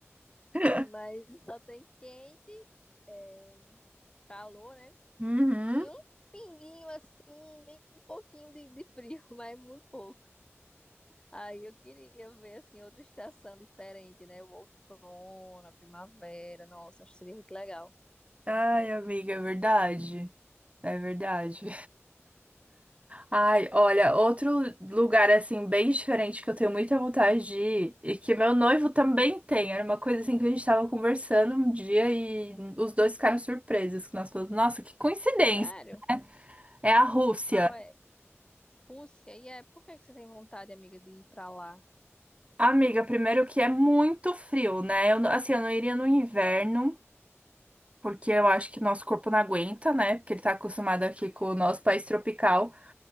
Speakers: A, on the right; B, on the left.
A: <laughs>
B: Mas só tem quente, é, calor, né?
A: Uhum.
B: E um pinguinho assim, bem pouquinho de, de frio, <laughs> mas muito pouco. Aí eu queria ver assim outra estação diferente, né? O outono, a primavera. Nossa, acho que seria muito legal.
A: Ai, amiga, é verdade. É verdade. Ai, olha, outro lugar assim bem diferente que eu tenho muita vontade de ir e que meu noivo também tem. Era uma coisa assim que a gente tava conversando um dia e os dois ficaram surpresos que nós falamos, nossa, que coincidência.
B: Sério?
A: É a Rússia.
B: Qual é? Rússia? E é, por que que você tem vontade, amiga, de ir pra lá?
A: Amiga, primeiro que é muito frio, né? Eu, não- assim, eu não iria no inverno, porque eu acho que nosso corpo não aguenta, né? Porque ele tá acostumado aqui com o nosso país tropical.